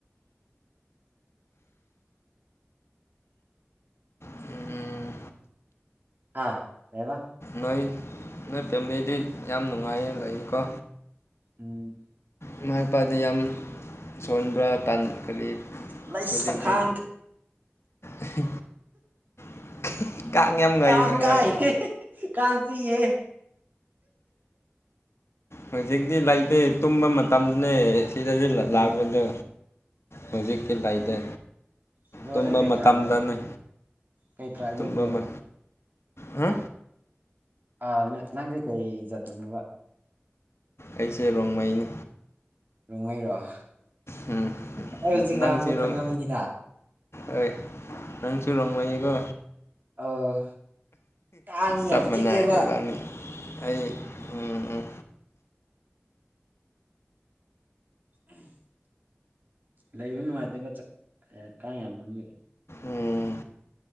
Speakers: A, on the left (about 80°); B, on the right (about 45°).
A: ꯎꯝ
B: ꯍꯥꯥ ꯀꯩꯑꯕ
A: ꯅꯣꯏ ꯅꯣꯏ ꯐꯦꯃꯤꯂꯤꯗꯤ ꯌꯥꯝ ꯅꯨꯡꯉꯥꯏꯅ ꯂꯩꯀꯣ
B: ꯎꯝ
A: ꯏꯃꯥ ꯏꯄꯥꯗꯤ ꯌꯥꯝ ꯁꯣꯟꯕ꯭ꯔꯥ ꯄꯥꯟ ꯀꯔꯤ
B: ꯂꯩꯁ
A: ꯍꯧꯖꯤꯛꯛꯇꯤ
B: ꯀꯥꯡ
A: ꯑꯍꯤ <inaudible> ꯉꯥꯏ
B: ꯀꯥꯟ ꯀꯥꯏ
A: ꯉꯥꯏ
B: ꯀꯥꯟ ꯆꯤꯛ ꯏ ꯍꯦ ꯍꯤꯍꯤ
A: ꯍꯧꯖꯤꯛꯇꯤ ꯂꯩꯇꯦ ꯇꯨꯝꯕ ꯃꯇꯝꯅꯦ ꯖꯤꯗꯖꯨ ꯂ
B: ꯎꯝ
A: ꯂꯥꯛꯕꯗꯣ ꯍꯧꯖꯤꯛꯀꯤ ꯂꯩꯇꯦ
B: ꯑ ꯕ꯭ꯔꯣꯁꯦ
A: ꯇꯨꯝꯕ
B: ꯀꯩ
A: ꯃꯇꯝꯗꯅꯦ
B: ꯇ꯭ꯔꯥꯏꯕ꯭ꯔꯣ ꯀꯩ ꯇ꯭ꯔꯥꯏꯕ꯭ꯔꯣ
A: ꯇꯨꯝꯕ
B: ꯕ꯭ꯔꯣ
A: ꯃ ꯍ
B: ꯑ ꯅ ꯅꯪꯖꯦ ꯀꯩ ꯖꯥꯠꯇꯤꯅꯣꯕ
A: ꯑꯩꯁꯦ ꯔꯣꯡꯃꯩꯅꯦ
B: ꯔꯣꯡꯃꯩꯔꯣ
A: ꯍꯨꯝ
B: ꯑꯩ ꯍꯧꯖꯤꯛ
A: ꯅꯪꯆꯤ
B: ꯉꯥꯡꯕꯗꯣ
A: ꯔꯣꯡ
B: ꯈꯪꯉꯝꯃꯅꯤꯅ
A: ꯑꯩ ꯅꯪꯆꯨ ꯔꯣꯡꯃꯩꯅꯤꯀꯣ
B: ꯑꯧ ꯀꯥꯡ
A: ꯆꯞ
B: ꯌꯥꯝ
A: ꯃꯟꯅꯩ
B: ꯆꯤꯛꯑꯦꯕ
A: ꯑꯦꯕꯥꯅꯤ ꯑꯩ ꯎꯝ ꯎꯝ
B: ꯎꯝ ꯂꯩꯕ ꯅꯨꯡꯉꯥꯏꯇꯦꯕ ꯆꯛ ꯑꯦ ꯀꯥꯡ ꯌꯥꯝꯃꯟꯕꯩ
A: ꯎꯝ